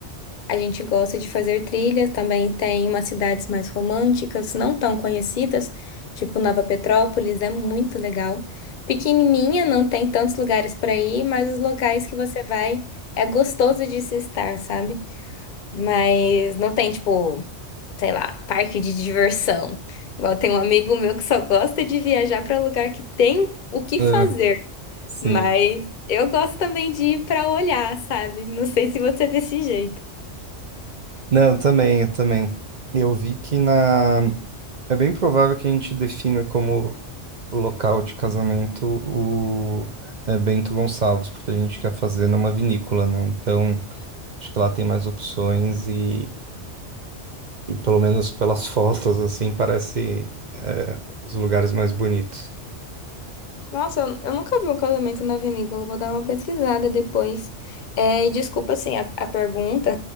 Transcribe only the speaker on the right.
É,
sim.
Não, também, eu também. Eu vi que na. É bem provável que a gente defina como local de casamento o é Bento Gonçalves, porque a gente quer fazer numa vinícola, né? Então, acho que lá tem mais opções e, e pelo menos pelas <laughs> fotos, assim, parece é, os lugares mais bonitos.